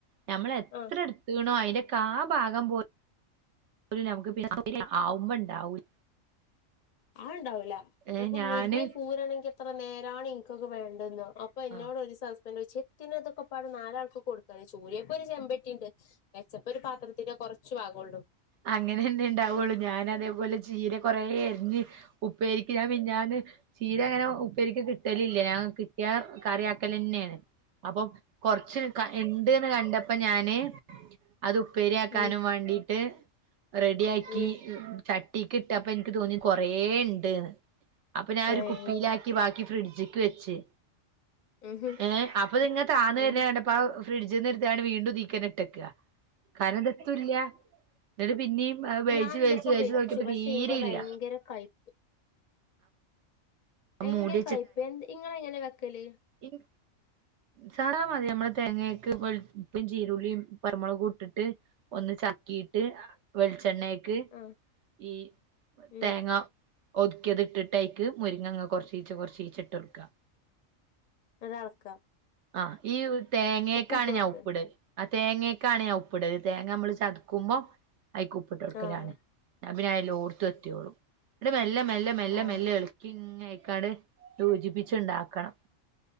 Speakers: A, on the right; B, on the left.
A: ഞമ്മള് എത്ര
B: അത്
A: എടുത്തിക്ക്‌ണോ അതിന്റെ കാൽ ഭാഗം പോ- നമക്ക് പിന്നെ ആവുമ്പം ഇണ്ടാകില്ല
B: അങ്ങനെ ഉണ്ടാവില്ല
A: ഏഹ്
B: ചെലപ്പോ
A: ഞാന്
B: മുരിങ്ങ ഒക്കെ ഊരണോങ്കി എത്ര നേരാണ് ഇനിക്കൊക്കെ വേണ്ടതയെന്ന് അപ്പൊ എന്നോട്
A: ആഹ്
B: ഒരു ദിവസം ഹസ്ബെൻഡ് ചോയിച്ചു എന്തിനാ ഇതൊക്കെ പാട് നാലാൽക്ക് കൊടുക്കാണ് ചൂരിയപ്പൊ ഒരു ചെമ്പട്ടിയുണ്ട് വെച്ചപ്പ ഒരു പാത്രത്തിന്റെ കൊറച്ചു ഭാഗൊള്ളൂ
A: അങ്ങനെ തന്നെ ഉണ്ടാവുള്ളു ഞാൻ അതേപോലെ ചീര കൊറേ അരിഞ്ഞ്- ഉപ്പേരിക്ക് ഞാൻ മിനിഞ്ഞാന്ന് ചീര - ഉപ്പേരിക്ക് കിട്ടല് ഇല്ല ഞാൻ കിട്ടിയാ കറി ആക്കല് തന്നെയാണ് അപ്പോ കൊറച്ച്- ഇണ്ട്ന്ന് കണ്ടപ്പോ ഞാന് അത് ഉപ്പേരിയാക്കാനും
B: ഉം
A: വാണ്ടീട്ട് റെഡിയാക്കി
B: ഉം
A: ചട്ടീക്ക് ഇട്ടപ്പം എനിക്ക് തോന്നി കൊറേ ഇണ്ട്ന്ന് അപ്പോ ഞാൻ ഒരു
B: ഏഹ്
A: കുപ്പിയിലാക്കി ബാക്കി ഫ്രിഡ്ജ്- ഡ്‌ജ്‌ക്ക്‌ വെച്ച്
B: ഉം ഹും
A: ഏഹ് അപ്പ ഇതിങ്ങനെ താന്ന്
B: ഉം
A: വരുന്നത് കണ്ടപ്പോ- പ്പ ആ ഫ്രിഡ്ജിൽ നിന്ന് എടുത്ത് ങ്ങാണ്ട് വീണ്ടും ഇതീൽക്കന്നെ ഇട്ടെക്ക കാരണം ഇത് ഒട്ടുയില്ല എന്നിട്ട് പിന്നെയും വേവിച്ച്
B: ഞാൻ ഇന്നിപ്പോ
A: വേവിച്ച്
B: വെച്ചു
A: നോക്കിയപ്പോ
B: പക്ഷെ
A: തീരെയില്ല
B: ഇന്റെ ഭയങ്കര കയ്പ്പ് ഭയങ്കര
A: മൂടി
B: കയ്പ്പ് എന്ത് നിങ്ങള് എങ്ങനെ വെക്കല്
A: ഇത് സാറാ മതി നമ്മള് തെങ്ങെക്ക് ഉപ്പും ചീരുള്ളിയും പരുമുളകും ഇട്ടിട്ട്- ഒന്ന് ചക്കീട്ട് വെളിച്ചെണ്ണയക്ക്
B: ആഹ്
A: ഈ
B: ഉം
A: തേങ്ങ- ഒതുക്കിയത് ഇട്ടിട്ടായിക്ക് മുരിങ്ങങ്ങ് കുറച്ചീച്ചെ കുറച്ചീച്ചെ ഇട്ട് കൊടുക്കുക
B: അതളക്ക
A: ആഹ് ഈ തേങ്ങീക്കാണ്
B: ഉപ്പുട്ടൊട്ക്ക്
A: ഞാൻ ഉപ്പിടൽ ആ തേങ്ങെക്കാണ് ഞാൻ ഉപ്പിടൽ തേങ്ങ നമ്മള് ചതുക്കുമ്പോ അയിക്ക് ഉപ്പിട്ട് കൊടുക്കലാണ്
B: ആഹ്
A: അത് പിന്നെ എല്ലായിടത്തും എത്തിയോളും പിന്നെ മെല്ലെ മെല്ലെ മെല്ലെ
B: ആഹ്
A: മെല്ലെ ഇളക്കി ഇങ്ങ കട് സൂചിപ്പിച്ചുണ്ടാക്കണം